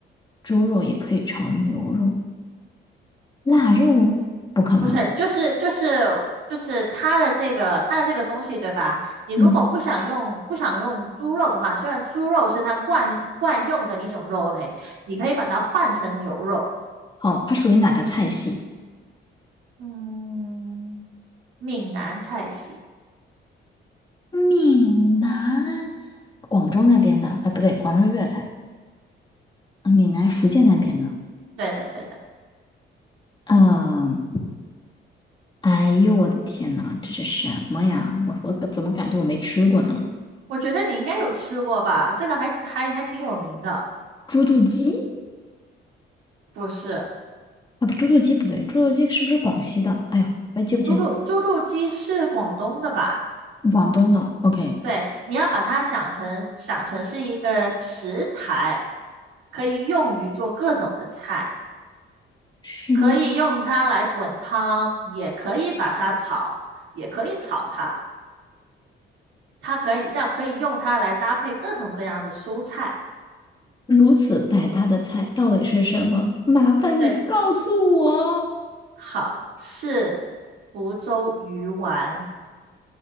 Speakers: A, on the left (about 25°); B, on the right (about 85°).
A: 猪肉，也可以炒牛肉，腊肉不可能。
B: 不是，就是就是就是它的这个它的这个东西，对吧？你如果不想用不想用猪肉的话，
A: 嗯，
B: 虽然猪肉是它惯惯用的一种肉类，你可以把它换成牛肉。
A: 好，它属于哪个菜系？
B: 嗯，闽南菜系，
A: 闽南，广州那边的，哎，不对，广州是粤菜，呃闽南、福建那边的。
B: 对的对的，
A: 嗯，哎呦，我的天呐，这是什么呀？我我怎么感觉我没吃过呢？
B: 我觉得你应该有吃过吧？这个还还还挺有名的，
A: 猪肚鸡
B: 不是？
A: 啊，不，猪肚鸡不对，猪肚鸡是不是广西的？哎呦，我也记不清，
B: 猪肚猪肚鸡是广东的吧？
A: 广东的。OK，
B: 对，你要把它想成想成是一个食材，可以用于做各种的菜。
A: 十，
B: 可以用它来滚汤，也可以把它炒，也可以炒它。它可以让可以用它来搭配各种各样的蔬菜。
A: 如此百搭的菜到底是什么？麻烦你告诉我。
B: 对，好，是福州鱼丸。